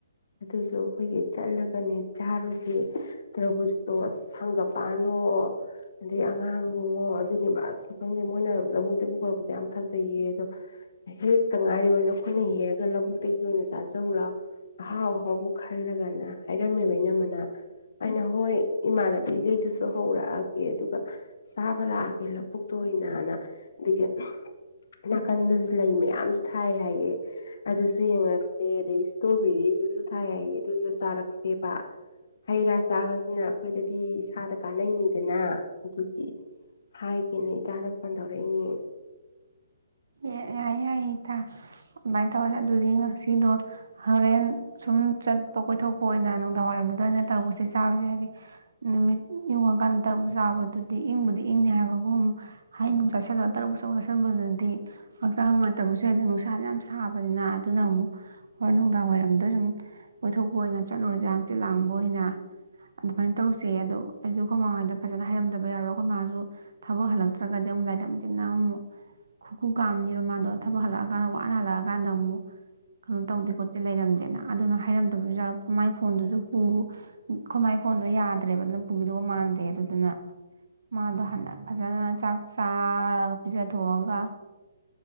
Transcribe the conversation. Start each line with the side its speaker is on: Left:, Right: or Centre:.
Left: ꯑꯗꯨꯁꯨ ꯑꯩꯈꯣꯏꯒꯩ ꯆꯠꯂꯒꯅꯦ ꯆꯥꯔꯨꯁꯦ꯫ ꯇ꯭ꯔꯕꯨꯖꯇꯣ ꯍꯪꯒꯄꯥꯟꯋꫭ ꯑꯗꯩ ꯑꯉꯥꯡ ꯑꯣ ꯑꯗꯨꯅꯦꯕ ꯑꯁ ꯈꯪꯗꯦ ꯃꯣꯏꯅ ꯂꯧꯕꯨꯛꯇꯒꯤ ꯄꯨꯈꯂꯛꯄꯗ ꯌꯥꯝ ꯐꯖꯩꯌꯦ ꯑꯗꯣ ꯍꯦꯛꯇ ꯉꯥꯏꯔꯤꯕ ꯅꯈꯣꯏꯅ ꯍꯦꯛꯑꯒ ꯂꯧꯕꯨꯛꯇꯒꯤ ꯑꯣꯏꯅ ꯆꯥꯖꯧꯂꯥꯎ ꯑꯍꯥꯎ ꯑꯍꯥꯎꯕ ꯈꯜꯂꯒꯅ ꯍꯥꯏꯔꯝꯃꯦꯕ ꯏꯅꯝꯃꯅ ꯑꯩꯅ ꯍꯣꯏ ꯏꯃꯥꯟꯅꯕꯤꯈꯩꯗꯨꯁꯨ ꯍꯧꯔꯛꯑꯒꯦ ꯑꯗꯨꯒ ꯆꯥꯕ ꯂꯥꯛꯑꯒꯦ ꯂꯕꯨꯛꯇ ꯑꯣꯏꯅꯅ ꯑꯗꯒꯤ ꯅꯥꯀꯟꯗꯁꯨ ꯂꯩ ꯃꯌꯥꯝꯁꯨ ꯊꯥꯏ ꯍꯥꯏꯌꯦ ꯑꯗꯨꯁꯨ ꯌꯦꯡꯉꯛꯁꯦ ꯑꯗꯩ ꯏꯁꯇ꯭ꯔꯣꯕꯦꯔꯤꯗꯨꯁꯨ ꯊꯥꯏ ꯍꯥꯏꯌꯦ ꯑꯗꯨꯁꯨ ꯆꯥꯔꯛ ꯁꯦꯕꯥ ꯍꯩ ꯔꯥ꯫ ꯆꯥꯕꯁꯤꯅ ꯑꯩꯈꯣꯏꯗꯗꯤ ꯏꯁꯥꯗ ꯀꯥꯟꯅꯩꯅꯤꯗꯅ ꯑꯗꯨꯒꯤ ꯍꯥꯏꯒꯦꯅ ꯏꯇꯥꯗ ꯐꯣꯟ ꯇꯧꯔꯛꯏꯅꯤ꯫
Right: ꯌꯥꯏꯌꯦ ꯌꯥꯏꯌꯦ ꯏꯇꯥ꯫ ꯑꯗꯨꯃꯥꯏ ꯇꯧꯔꯁꯦ ꯑꯗꯨꯗꯤ ꯉꯁꯤꯗꯣ ꯍꯣꯔꯦꯟ ꯁꯨꯝ꯫ <inaudible> <unintelligible> ꯀꯣꯏꯊꯣꯛꯄ ꯑꯣꯏꯅ ꯅꯨꯡꯗꯥꯡꯋꯥꯏꯔꯝꯗ ꯑꯣꯏꯅ ꯇꯔꯕꯨꯁꯦ ꯆꯔꯨꯁꯦ꯫ ꯅꯨꯃꯤꯠ ꯌꯨꯡꯉꯀꯥꯟꯗ ꯇꯔꯨꯖ ꯆꯥꯕꯗꯨꯗꯤ ꯏꯪꯕꯨꯗꯤ ꯏꯪꯅꯤ ꯍꯥꯏꯕꯕꯨ ꯑꯃꯨꯛ꯫ ꯍꯩ ꯅꯨꯡ ꯆꯥꯁꯜꯂꯒ ꯇꯔꯨꯛ ꯆꯥꯁꯟ꯫ ꯑꯅꯝꯕꯅꯗꯤ꯫ ꯍꯛꯆꯥꯡ ꯅꯨꯡꯉꯥꯏꯇꯕꯁꯨ ꯅꯨꯡꯁꯥꯥꯁꯤ ꯌꯥꯝ ꯁꯥꯕ꯫ ꯅꯤꯅ ꯑꯗꯨꯅ ꯑꯃꯨꯛ ꯍꯣꯔꯦꯟ ꯅꯨꯡꯗꯥꯡ ꯋꯥꯏꯔꯝꯗ ꯁꯨꯝ꯫ ꯀꯣꯏꯊꯣꯛꯄ ꯑꯣꯏꯅ ꯆꯠꯂꯨꯔꯁꯤꯔ ꯍꯛꯆꯤꯛ ꯂꯥꯡꯕ ꯑꯣꯏꯅ꯫ ꯑꯗꯨꯃꯥꯏꯅ ꯇꯧꯁꯦ ꯑꯗꯣ꯫ ꯑꯩꯖꯨ ꯑꯈꯣꯏ ꯃꯃꯍꫭꯏꯗ ꯐꯖꯅ ꯍꯥꯏꯔꯝꯗꯕ ꯌꯥꯔꯣꯏ ꯑꯈꯣꯏ ꯃꯥꯥꯁꯨ ꯊꯕꯛ ꯍꯜꯂꯛꯇ꯭ꯔꯒꯗꯤ ꯑꯃꯨꯛ <unintelligible> ꯑꯃꯨꯛ ꯈꯨ ꯈꯨ꯫ ꯀꯥꯝꯅꯤꯕ ꯃꯥꯗꯣ ꯊꯕꯛ ꯍꯜꯂꯛꯑꯀꯥꯟꯗ ꯋꯥꯅ ꯍꯜꯂꯛꯑꯀꯥꯟꯗ ꯑꯃꯨꯛ꯫ ꯀꯩꯅꯣ ꯇꯧꯗꯦ ꯈꯣꯠꯇꯦ ꯂꯩꯔꯝꯗꯦꯅ ꯑꯗꯨꯅ ꯍꯥꯏꯔꯝꯗꯕꯤꯁꯨ ꯈꯨꯃꯥꯏ ꯐꯣꯟꯗꯨꯁꯨ ꯄꯨ ꯈꫭꯏꯃꯥꯏ ꯐꯣꯟꯗꯣ ꯌꯥꯗ꯭ꯔꯦꯕ ꯑꯗꯨꯅ ꯄꯨꯈꯤꯗꯧꯕ ꯃꯥꯟꯗꯦ ꯑꯗꯨꯗꯨꯅ ꯃꯥꯗꯣ ꯍꯥꯟꯅ ꯐꯖꯅ ꯆꯥꯛ ꯆꯥꯔꯒ ꯄꯤꯖꯊꯣꯛꯑꯒ꯫